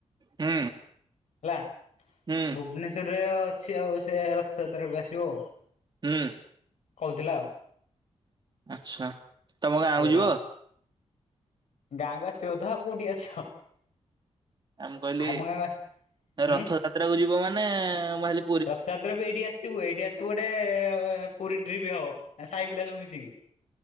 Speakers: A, on the right; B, on the left.
A: ହୁଁ।
B: ହେଲା
A: ହୁଁ
B: ଭୁବନେଶ୍ୱରରେ ଅଛି ଆଉ ସେ ରଥଯାତ୍ରାକୁ ଆସିବ।
A: ହୁଁ।
B: କୋହୁଥିଲା ଆଉ
A: ଆଚ୍ଛା ତମ ଗାଁ
B: ସେଇଆ ଆଉ
A: <unintelligible>
B: ଗାଁକୁ ଆସିବ ତ ଆଉ କୋଉଠି ଆସିବ।
A: ଆ ମୁଁ କହିଲି
B: ଆମ ଗାଁକୁ ଆସି ହୁଁ
A: ରଥ ଯାତ୍ରା କୁ ଯିବ ମାନେ ମୁ ଭାବି
B: ରଥଯାତ୍ରାକୁ ଏଇଠି ଆସିବୁ ଏଇଠି ଆସିବୁ ଗୋଟେ ପୁରୀ ଟ୍ରିପ ହବ ସାଇ ପିଲା ସବୁ ମିଶିକି।